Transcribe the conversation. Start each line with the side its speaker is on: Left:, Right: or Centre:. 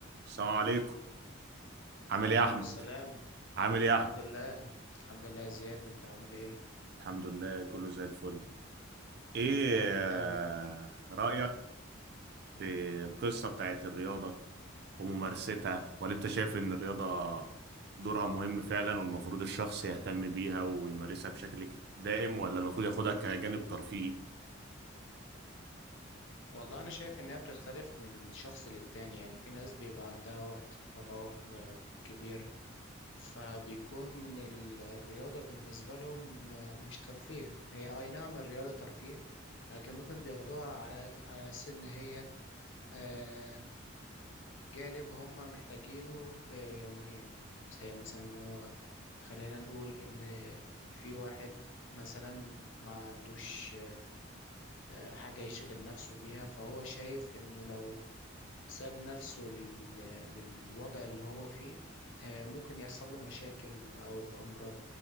Right: السلام عليكم عامل
Left: وعليكم
Right: ايه يا احمد
Left: السلام
Right: عامل ايه يا
Left: الحمد
Right: احمد
Left: لله الحمد لله يا زياد انت عامل ايه
Right: الحمد لله كله زي الفل ايه
Left: يا رب
Right: آه،
Left: دايما
Right: رأيك في القصة بتاعت الرياضة وممارستها ولا انت شايف ان الرياضة دورها مهم فعلا والمفروض الشخص يهتم بيها ويمارسها بشكل ك- دائم ولا المفروض ياخدها كجانب ترفيهي
Left: والله انا شايف انها بتختلف من شخص للتاني يعني في ناس بيبقى عندها وقت فراغ آه، كبير فبيكون ال- الرياضة بالنسبة لهم آه، مش ترفيه هي اي نعم الرياضة ترفيه لكن ممكن بياخدوها على على اساس ان هي آه، جانب هم محتاجينه آه، يوميا زي مثلا ان هو خلينا نقول ان في واحد مثلا ما عندوش آه، حاجة يشغل نفسه بيها فهو شايف انه لو ساب نفسه لل... للوضع اللي هو فيه آه، ممكن يحصل له مشاكل او امراض